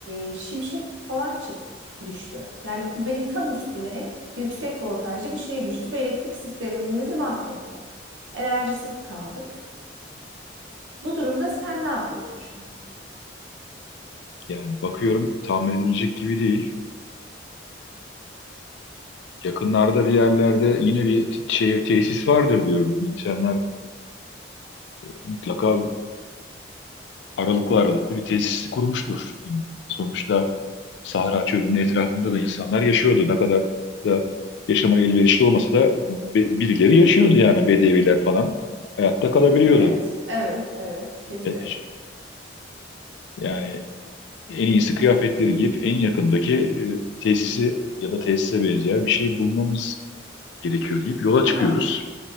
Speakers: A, on the right (about 85°); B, on the left (about 70°).
A: e, şimşek falan çık düştü. Yani kubbenin tam üstüne yüksek voltajlı bir şey düştü ve elektrik sistemimizi mahvetti. Enerjisiz kaldık. Bu durumda sen ne yapıyorsun şu anda?
B: Yani bakıyorum tamir edilecek gibi değil. Yakınlarda bir yerlerde yine bir t- şey, tesis vardır diyorum. İnsanlar mutlaka aralıklı aralıklı bir tesis kurmuştur. Yine. Sonuçta Sahra Çölü'nün etrafında da insanlar yaşıyordu. Ne kadar da yaşama elverişli olmasa da be- birileri yaşıyordu yani bedeviler falan. Hayatta kalabiliyordu.
A: Evet, evet, evet, kesin.
B: E, Yani en iyisi kıyafetleri giyip en yakındaki e, tesisi ya da tesise benzeyen bir şeyi bulmamız gerekiyor deyip yola
A: Tamam,
B: çıkıyoruz.